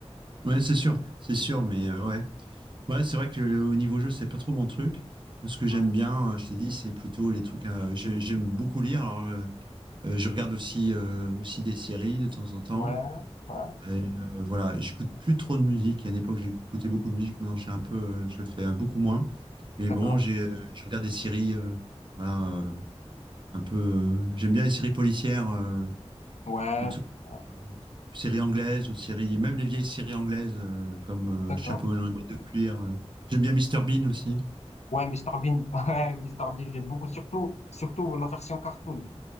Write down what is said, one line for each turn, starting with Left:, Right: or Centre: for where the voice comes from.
Right: Ouais, c'est sûr. C'est sûr, mais euh, ouais. Ouais, c'est vrai que le- au niveau jeu, c'est pas trop mon truc. Moi, ce que j'aime
Left: Ouais,
Right: bien, euh, je t'ai dit, c'est plutôt les trucs. euh, j'ai- j'aime beaucoup lire. Alors, euh, euh, je regarde aussi, euh, aussi des séries de temps en temps.
Left: ouais, ouais,
Right: Et, euh, voilà, j'écoute plus trop de musique. À une époque, j'écoutais beaucoup de musique. Maintenant, je suis un peu, euh, je fais un beaucoup moins. Mais
Left: d'accord.
Right: bon, j'ai, euh, je regarde des séries. euh, voilà, euh, un peu. euh, j'aime bien les séries policières. euh,
Left: Ouais,
Right: plutôt
Left: ouais,
Right: euh, séries anglaises ou séries, même les vieilles séries anglaises euh, comme
Left: d'accord.
Right: euh, Chapeau melon et boîte de cuir. euh. J'aime bien Mister Bean aussi.
Left: Ouais, Mr Bean, <laughs> ouais, Mr Bean, j'aime beaucoup, surtout, surtout la version cartoon.